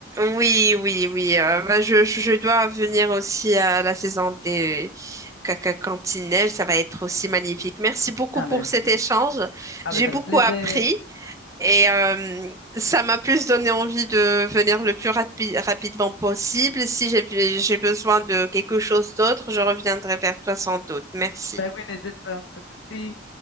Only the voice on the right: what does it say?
oui, oui, oui. Euh, bah, je, je je dois venir aussi à la saison des caca cantinelles. Ça va être aussi magnifique. Merci beaucoup
pour
cet échange.
J'ai
beaucoup
appris et euh, ça m'a plus donné envie de venir le plus rapi- rapidement possible. Si j'ai j'ai besoin de quelque chose d'autre, je reviendrai vers toi sans doute. Merci.